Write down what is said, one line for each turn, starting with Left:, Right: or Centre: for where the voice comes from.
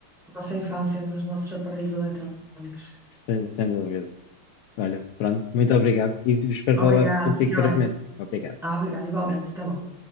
Centre: nossa infância nos nossos aparelhos eletrónicos.
Left: sem, sem dúvida. Olha, pronto, muito obrigado e espero
Centre: Obrigada,
Left: falar contigo
Centre: fica
Left: brevemente.
Centre: bem.
Left: Obrigado.
Centre: Ah, obrigada, igualmente. Até logo.